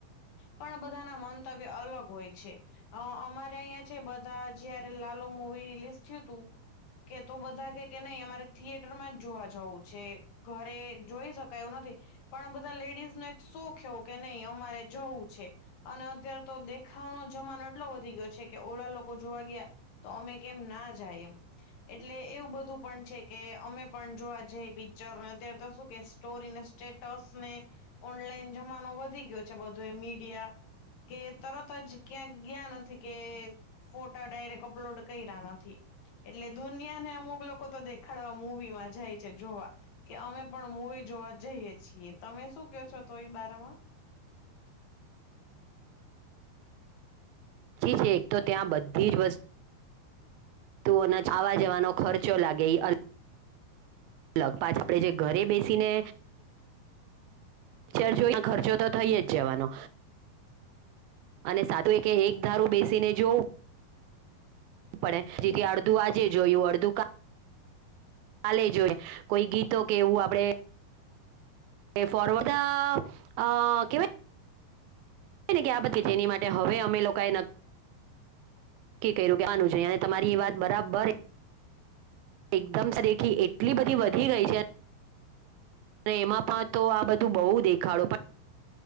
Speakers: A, on the left; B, on the right.
A: પણ બધાના મંતવ્ય અલગ હોય છે. અ અમારે અહિયાં છે બધા જયારે લાલુ મુવી રિલીઝ થીયું તું- - કે તો બધા કેય કે નય અમારે થિયેટર માં જ જોવા જવું છે. ઘરે જોઈ શકાય એવું નથી. પણ બધા લેડીઝ નો એક શોખ એવો કે નય અમારે જવું છે. અને અત્યારે તો દેખાવનો જમાનો- એટલો વધી ગયો છે કે ઓલા લોકો જોવા ગયા તો અમે કેમ ના જાયે. એટલે એવું બધું પણ છે કે અમે પણ જોવા જઈએ પિક્ચરને અત્યારે તો શું કે સ્ટોરીને- - સ્ટેટસ ને ઓનલાઈન જમાનો વધી ગયો છે બધો એ મીડિયા કે તરત જ ક્યા ગીયા નથી કે ફોટા ડાયરેક્ટ અપલોડ કર્યા નથી. એટલે દુનિયાને અમુક લોકો તો દેખાડવા મૂવીમાં જાય છે જોવા- - કે અમે પણ મુૂવી જોવા જઈએ છીએ. તમે શું કહો છો તો ઈ બારે માં?
B: <unintelligible> તો ત્યાં બધી જ વસ્તુ- - તો આવા જવાનો ખર્ચો લાગે- - લગ પાંચ, આપડે જે ઘરે બેસીને પિચ્ચર જોઈન ખર્ચો તો થઈ જ જવાનો. અને સાધું એ કે એક ધારૂ બેસીને જોવું પડે જેથી અડધું આજે જોયું, અડધું કા લે જોએ. કોઈ ગીતો કે એવું આપડે ફોરવડ અ કેવા યને કે આ બધી જેની માટે હવે અમે લોકાએ એ નક્ કી ક્યું કેવાનું છે અને તમારી એ વાત બરાબર એકદમ સરખી એટલી બધી વધી ગઈ છે! અને એમાં પા તો આ બધું બહુ દેખાડો પણ